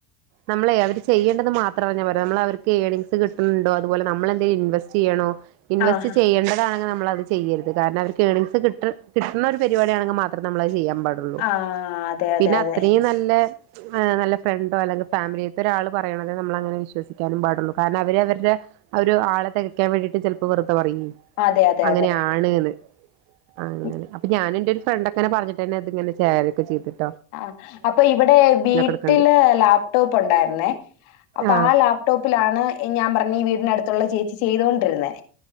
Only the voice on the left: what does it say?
ആ ഹാ.
ആ അതെ അതെ
അതെ
അതെ അതെ
അതെ
ആ അപ്പൊ ഇവിടെ വീട്ടില്
ലാപ്ടോപ്പ് ഉണ്ടായിരുന്നേ അപ്പൊ
ആ ലാപ്ടോപ്പിലാണ് ഞാൻ പറഞ്ഞഈ വീടിനടുത്തുള്ള ചേച്ചി ച്ചി ചെയ്തൊണ്ടിരുന്നേ